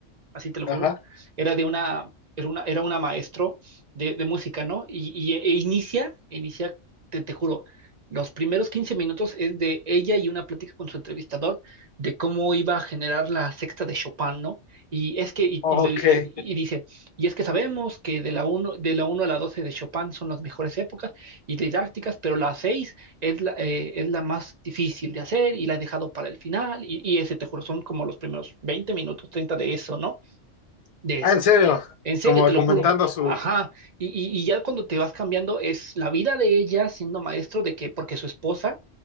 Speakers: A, on the right; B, on the left.
A: así te lo juro,
B: Ajá,
A: era de una, era una, era una maestro de, de música, ¿no? Y, y- e e inicia, inicia, te, te juro, los primeros 15 minutos es de ella y una plática con su entrevistador de cómo iba a generar la sexta de Chopin, ¿no? Y es que, y,
B: ok.
A: y lo dice, y dice, y es que sabemos que de la uno de la uno a la 12 de Chopin son las mejores épocas y didácticas, pero la 6 es la, eh, es la más difícil de hacer y la he dejado para el final. Y, y ese, te juro, son como los primeros 20 minutos, 30 de eso, ¿no? de
B: Ah,
A: eso.
B: en serio,
A: En serio,
B: como argumentando
A: te lo juro.
B: su...
A: Ajá. Y, y- y ya cuando te vas cambiando, es la vida de ella siendo maestro de que, porque su esposa